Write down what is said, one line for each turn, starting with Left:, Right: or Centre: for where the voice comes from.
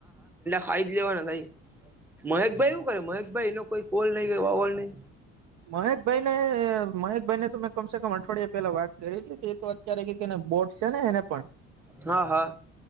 Centre: ફાઈદ લેવાના થઈ મહેકભાઈ શું કરે મહેકભાઈ એનો કોઈ કોલ નહી વાવોલ નહી
Right: મહેકભાઈ ને મહેકભાઈને તો મેં કમસે કમ અઠવાડિયા પેલા વાત કરી હતી અ્યારે કેને બોટ છે ને એને પણ
Centre: હા હા